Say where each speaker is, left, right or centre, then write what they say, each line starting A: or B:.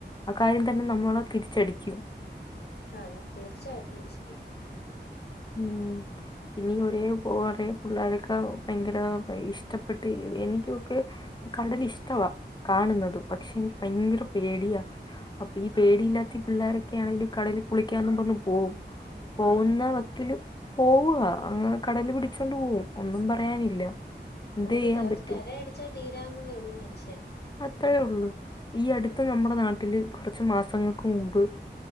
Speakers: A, on the left; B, on the left.
A: ആ കാര്യം തന്നെ നമ്മളെ തിരിച്ചടിക്കും
B: അതെ തീർച്ചയായിട്ടും തിരിച്ചടിക്കും
A: ഉം ഇനി ഒരേ ഒറെേ പിള്ളോരൊക്കെ ഭയങ്കര ഇഷ്ടപ്പെട്ട് എനിക്കൊക്കെ കടൽ ഇഷ്ടവാ കാണുന്നത് പക്ഷെ എനിക്ക് ഭയങ്കര പേടിയാ അപ്പൊ ഈ പേടിയില്ലാത്ത പിള്ളോരൊക്കെ ആണെങ്കിലും കടലിൽ കുളിക്കാനന്നും പറഞ്ഞു പോവും പോവുന്ന
B: ആഹ് അതെ
A: ക്കില് പോവാ അങ് കടല് പിടിച്ചൊണ്ട് പോകും ഒന്നും പറയാനില്ല എന്ത്
B: ഒരു
A: ചെയ്യാൻ പറ്റും
B: തിരയടിച്ചാൽ തീരാവുന്നതേ ഉള്ളൂ മനുഷ്യൻ
A: അത്രയേ ഉള്ളു ഈ അടുത്ത്
B: ആഹ്
A: നമ്മുടെ നാട്ടില് കുറച്ചു മാസങ്ങൾക്ക് മുമ്പ്